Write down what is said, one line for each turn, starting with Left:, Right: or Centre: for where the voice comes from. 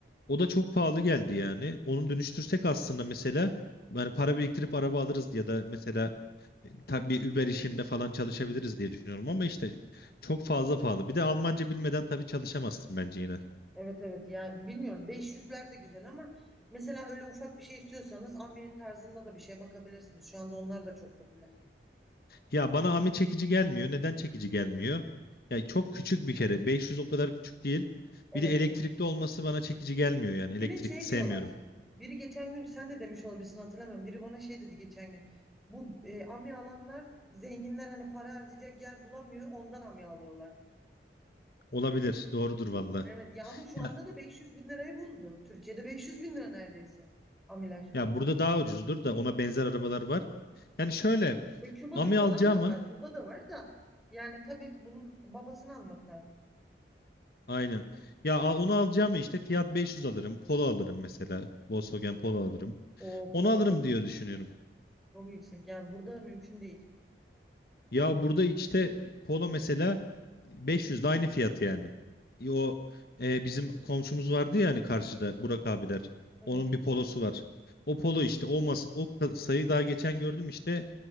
Left: O da çok pahalı geldi yani. Onu dönüştürsek aslında mesela yani para biriktirip araba alırız ya da mesela tabii Uber işinde falan çalışabiliriz diye düşünüyorum ama işte çok fazla pahalı. Bir de Almanca bilmeden tabii çalışamazsın bence yine.
Centre: Evet evet yani bilmiyorum 500'ler de güzel ama mesela öyle ufak bir şey istiyorsanız amiri tarzında da bir şeye bakabilirsiniz. Şu anda onlar da çok popüler.
Left: Ya bana Ami çekici gelmiyor. Neden çekici gelmiyor? Ya çok küçük bir kere. 500 o kadar küçük değil.
Centre: Evet
Left: Bir de elektrikli olması bana çekici gelmiyor yani. Elektrikli
Centre: Bir de şey
Left: sevmiyorum.
Centre: diyorlar. Biri geçen gün sen de demiş olabilirsin hatırlamıyorum. Biri bana şey dedi geçen gün. Bu e, amya alanlar zenginler hani para harcayacak yer bulamıyor ondan amya alıyorlar.
Left: Olabilir. Doğrudur valla.
Centre: Evet ya ama şu
Left: Ya,
Centre: anda da 500 bin lirayı buldu. Türkiye'de 500 bin lira neredeyse amiler.
Left: ya burada daha ucuzdur da ona benzer arabalar var. Yani şöyle
Centre: E, Küba'nın
Left: Ami
Centre: falan
Left: alacağım
Centre: da
Left: mı?
Centre: var. Burada da var da yani tabii bunun babasını almak lazım.
Left: Aynen. Ya al- onu alacağım işte Fiat 500 alırım. Polo alırım mesela. Volkswagen Polo alırım.
Centre: O
Left: Onu
Centre: polo
Left: alırım
Centre: çok
Left: diye düşünüyorum.
Centre: yüksek. Çok yüksek. Yani burada mümkün değil.
Left: Ya burada işte polo mesela 500 de aynı fiyat yani. E O e, bizim komşumuz vardı ya hani karşıda Burak abiler.
Centre: Evet.
Left: Onun bir polosu var. O polo işte o mas o ka- sayı daha geçen gördüm işte